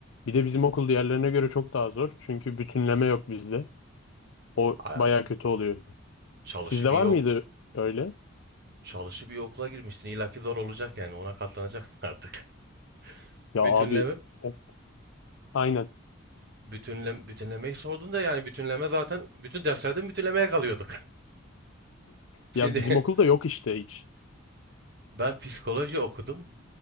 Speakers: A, on the left (about 65°); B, on the right (about 50°).
A: Bir de bizim okul diğerlerine göre çok daha zor. Çünkü bütünleme yok bizde. O
B: Ay,
A: baya kötü oluyor.
B: çalışıp
A: Sizde
B: iyi,
A: var mıydı
B: ok-
A: öyle?
B: çalışıp iyi okula girmişsin. İlla ki zor olacak yani ona katlanacaksın artık. <laughs>
A: Ya
B: Bütünleme,
A: abi o, aynen.
B: bütünlem, bütünlemeyi sordun da yani bütünleme zaten bütün derslerden bütünlemeye kalıyorduk. <laughs> Şimdi
A: Ya bizim okulda yok işte hiç.
B: ben psikoloji okudum.